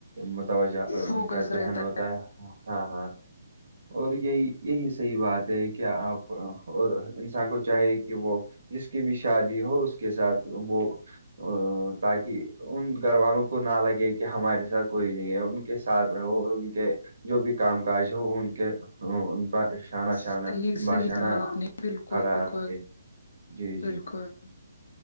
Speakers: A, on the right; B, on the left.
A: متوجہ ان
B: فوکس
A: کا ذہن
B: رہتا
A: ہوتا ہے ہاں ہاں اور یہی یہی صحیح بات ہے کہ آپ اور انسان کو چاہے کہ وہ جس کی بھی شادی ہو اس کے ساتھ وہ ا تاکہ ان گھر والوں کو نہ لگے کہ ہمارے ساتھ کوئی نہیں ہے ان کے ساتھ اور ان کے جو بھی کام کاج ہے وہ ان کے ان پر شانہ شانہ
B: صحیح
A: باشانہ
B: صحیح کہا آپ نے بالکل
A: کھڑا
B: بالکل
A: رہے جی جی
B: بالکل